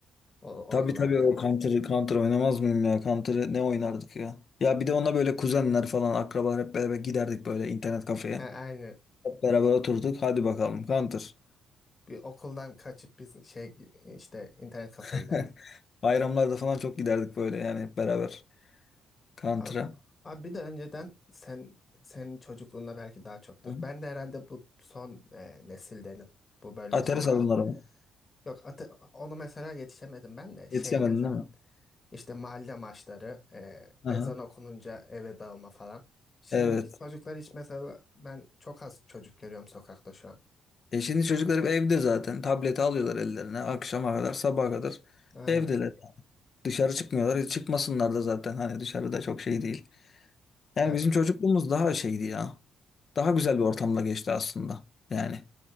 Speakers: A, on the left; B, on the left.
A: o,
B: Tabii
A: o yıllarda.
B: tabii o Counter, Counter oynamaz mıyım ya? Counter ne oynardık ya? Ya bir de ona böyle kuzenler falan akrabalar hep beraber giderdik böyle internet kafeye.
A: Ha, aynen.
B: Hep beraber oturduk. Hadi bakalım Counter.
A: Bir okuldan kaçıp biz şey işte internet kafeye
B: <laughs>
A: giderdik.
B: Bayramlarda falan çok giderdik böyle yani hep beraber Counter'a.
A: A- Abi bir de önceden sen senin çocukluğunda belki daha çoktur.
B: Hı.
A: Ben de herhalde bu son e, nesildenim. Bu böyle
B: Atari
A: sokak
B: salonları mı?
A: yok atı, onu mesela yetişemedim ben de şey
B: Yetişemedin
A: mesela
B: değil mi?
A: işte mahalle maçları
B: Aha.
A: e, ezan okununca eve dağılma falan. Şimdiki
B: Evet.
A: çocuklar hiç mesela ben çok az çocuk görüyorum sokakta şu an.
B: E şimdi çocuklar hep evde zaten. Tableti alıyorlar ellerine. Akşama kadar, sabaha kadar
A: Aynen.
B: evdeler. Dışarı çıkmıyorlar. E, Çıkmasınlar da zaten. Hani dışarıda çok şey değil. Yani
A: Ya
B: bizim çocukluğumuz daha şeydi ya. Daha güzel bir ortamda geçti aslında. Yani